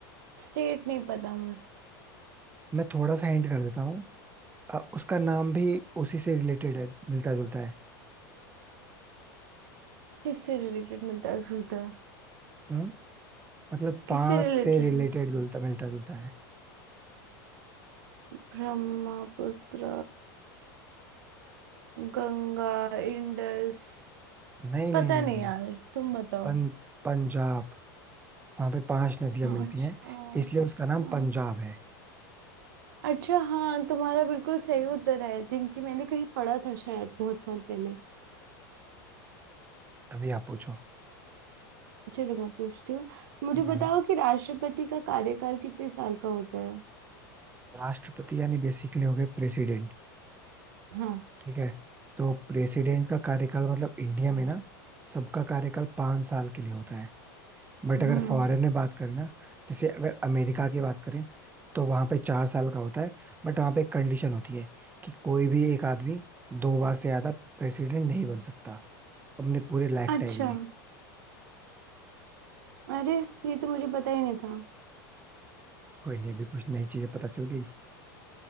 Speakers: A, on the right; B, on the right.
A: स्टेट नहीं पता मुझे
B: मैं थोड़ा सा हिंट कर देता हूँ अ, उसका नाम भी उसी से रिलेटेड है मिलता जुलता है
A: किससे रिलेटेड मिलता है जुलता है
B: हम्म मतलब पांच
A: किससे रिलेटेड
B: से रिलेटेड जुलता मिलता जुलता है
A: ब्रह्मपुत्र गंगा इंडस
B: नहीं नहीं
A: पता
B: नहीं
A: नहीं
B: नहीं
A: यार तुम बताओ
B: पं, पंजाब वहां पे पांच नदियां मिलती
A: अच्छा
B: हैं इसलिए उसका नाम
A: हाँ
B: पंजाब है
A: अच्छा हाँ तुम्हारा बिल्कुल सही उत्तर है आई थिंक कि मैंने कहीं पढ़ा था शायद बहुत साल पहले
B: अभी आप पूछो
A: चलो मैं पूछती हूँ मुझे
B: हाँ
A: बताओ कि राष्ट्रपति का कार्यकाल कितने साल का होता है
B: राष्ट्रपति यानी बेसिकली हो गए प्रेसिडेंट
A: हाँ
B: ठीक है तो प्रेसिडेंट का कार्यकाल मतलब इंडिया में ना सबका कार्यकाल पांच साल के लिए होता है बट
A: हम्म
B: अगर फॉरेन में बात करें ना जैसे अगर अमेरिका की बात करें तो वहां पे चार साल का होता है बट वहां पे एक कंडीशन होती है कि कोई भी एक आदमी दो बार से ज्यादा प्रेसिडेंट नहीं बन सकता अपने पूरे लाइफ
A: अच्छा
B: टाइम में
A: अरे ये तो मुझे पता ही नहीं था
B: कोई नहीं अभी कुछ नई चीजें पता चल गई